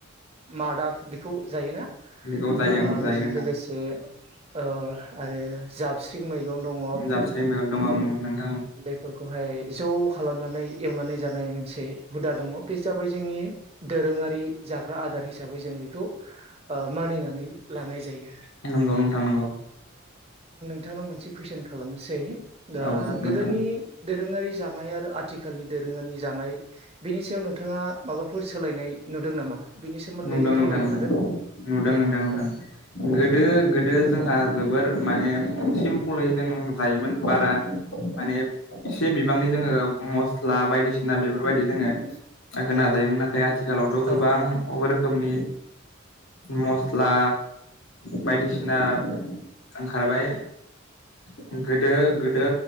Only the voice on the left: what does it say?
बेखौ जायो जायो
नोंथां
जाबस्रिं मेगं दं उम नोंथां
नंगौ नोंथां नंगौ।
औ
नोंथां
नुदों नोंथां
नुदों
नुदों नोंथां नुदों
गोदो गोदो जोंहा जोबोर माने सिप फलै जों जायोमोन बारा माने एसे बिबांनि जोङो मस्ला बायदिसिना बेफोरबायदि जोङो होना जा यामोन नाथाय आथिालावथ गोबां
रोखोमनि मस्ला बायदिसिना ओंखारबाय <inaudible> गोदो गोदो